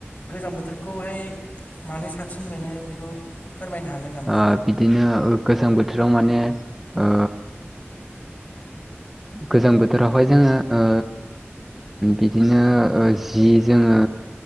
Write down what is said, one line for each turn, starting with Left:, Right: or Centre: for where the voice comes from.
Left: गोजां बोथोरखौहाय मानो साबसिन मोनो बेखौ फोरमायनो हागोन नामा
Centre: ओ बिदिनो गोजां बोथोराव माने ओ गोजां बोथोरावहाय जोङो ओ बिदिनो ओ जि जोङो